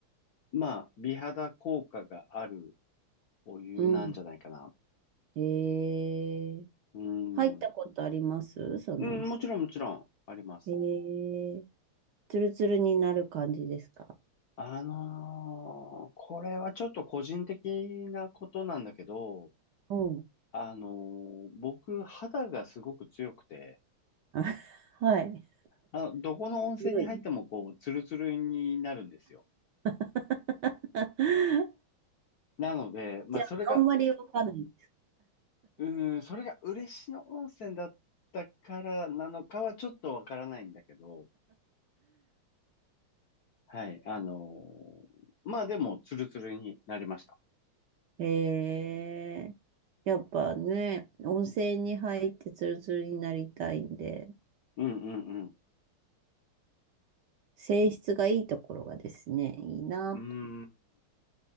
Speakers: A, on the left (about 65°); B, on the right (about 70°).
A: まあ、美肌効果があるお湯なんじゃないかな。
B: うん。へえ。
A: うん、
B: 入ったことありますその温泉。
A: うん、もちろんもちろんあります。
B: へえ。ツルツルになる感じですか
A: あのーこれはちょっと個人的なことなんだけど、
B: うん。
A: あのー僕、肌がすごく強くて、
B: あ <laughs> はい。
A: あ、どこの温泉に入ってもこう、
B: 強い。
A: ツルツルになるんですよ。
B: <laughs>
A: なので、まあ、
B: じゃあ、
A: それが
B: あんまりわかんない。
A: うーん、それが嬉野温泉だったからなのかはちょっとわからないんだけど、はい、あのーまあでも、ツルツルになりました。
B: <laughs> へえ。やっぱね、温泉に入ってツルツルになりたいんで、
A: うんうん
B: 泉質がいいところがですね、いいなと。
A: うん。うーん。